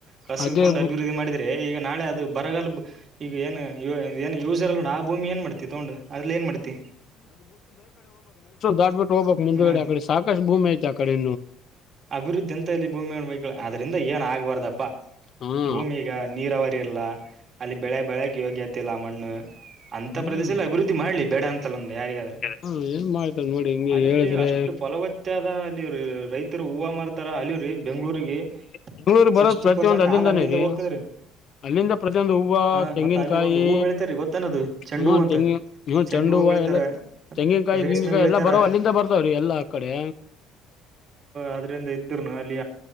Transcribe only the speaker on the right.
ಕಸಿದ್ಕೊಂಡು
ಅಭಿವೃದ್ಧಿ ಮಾಡಿದ್ರೆ ಈಗ ನಾಳೆ ಅದು ಬರಗಾಲ ಈಗ ಏನ್ ಏನ್ ಯೂಸರ್ಲ್ಲ ಆ ಭೂಮಿ ಏನ್ ಮಾಡ್ತಿ ತಗೊಂಡು ಅದ್ರಲ್ಲಿ ಏನ್ ಮಾಡ್ತಿ
ಹ್ಮ್
ಅಭಿವೃದ್ಧಿ ಅಂತ ಇಲ್ಲಿ ಭೂಮಿ್ ಬ ಆದ್ರಿಂದ ಏನ್ ಆಗ್ಬಾರ್ದಪ್ಪಾ
ಭೂಮಿ ಈಗ ನೀರವರಿ ಇರ್ಲ್ಲ ಅಲ್ಲಿ ಬೆಳೆ ಬೆಳಕ್ ಯೋಗ್ಯತೆ ಮಣ್ಣ ಅಂತ
ಪ್ರದೇಶದಲ್ಲಿ ಅಭಿವೃದ್ಧಿ ಮಾಡ್ಲಿ ಬೇಡ ಅಂತ ಯಾರಿಗಾದ್ರ
ಅಲ್ಲಿ
ಅಷ್ಟು ಫಲವತ್ತಾದ ಅಲ್ಲಿ ರೈತರು ಹೂವ ಮಾಡ್ತಾರ ಅಲ್ಲಿರೀ ಬೆಂಗಳೂರಿಗೆ
ಸಿಕ್ಸ್ಟಿ
ಪರ್ಸೆಂಟ್
ಹಾಲ್ ಅಲ್ಲಿಂದ
ಹೋಗ್ತದೀ
ಹಾ
ಮತ್ತ ಅಲ್ಲಿ ಒಂದು ಹೂ ಬೆಳತೇರಿೀ ಗೊತ್ತೇನೋದು ಚೆಂಡು
ಹೂ ಅಂತ
ಚೆಂಡು ಹೂ
ಬೆೇಷೆ
ಬೆಳ
ಅದ್ರಂದ ಇದರುನು ಅಲ್ಲಿ